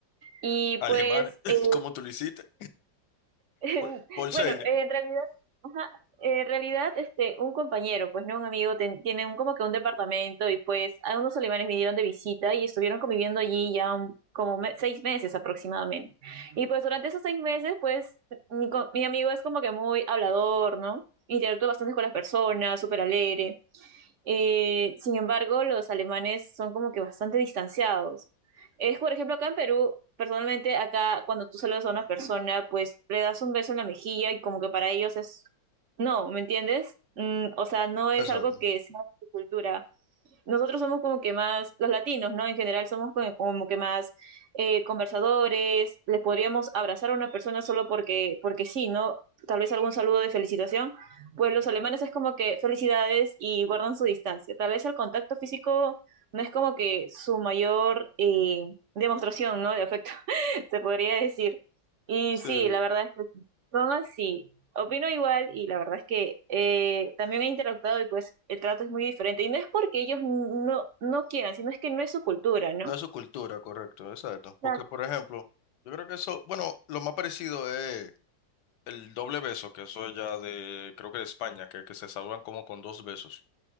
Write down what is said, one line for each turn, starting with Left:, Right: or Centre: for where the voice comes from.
Right: y
Left: Alemanes,
Right: pues eh,
Left: <laughs> ¿cómo tú lo hiciste?
Right: <laughs>
Left: Por, por
Right: Bueno,
Left: señas.
Right: eh, en realidad, ajá, eh, en realidad, este, un compañero, pues no un amigo, ten- tiene un, como que un departamento y pues a unos alemanes vinieron de visita y estuvieron conviviendo allí ya un- como me- seis meses aproximadamente. Y pues durante esos seis meses, pues mi, co- mi amigo es como que muy hablador, ¿no? Interactúa bastante con las personas, súper alegre. Eh, sin embargo, los alemanes son como que bastante distanciados. Es, por ejemplo, acá en Perú, personalmente, acá cuando tú saludas a una persona, pues le das un beso en la mejilla y como que para ellos es, no, ¿me entiendes? Mm, o sea, no es
Left: Exacto.
Right: algo que sea de su cultura nosotros somos como que más, los latinos, ¿no? En general somos como, como que más eh, conversadores, les podríamos abrazar a una persona solo porque, porque sí, ¿no? Tal vez algún saludo de felicitación. Pues los alemanes es como que felicidades y guardan su distancia. Tal vez el contacto físico no es como que su mayor eh, demostración, ¿no? De afecto, <laughs> se podría decir. Y
Left: Sí,
Right: sí, la verdad es que son así. Opino igual y la verdad es que eh, también he interactuado y pues el trato es muy diferente. Y no es porque ellos no, no quieran, sino es que no es su cultura, ¿no?
Left: no es su cultura, correcto, exacto.
Right: Exacto.
Left: Porque, por ejemplo, yo creo que eso, bueno, lo más parecido es el doble beso, que eso ya de, creo que de España, que, que se saludan como con dos besos.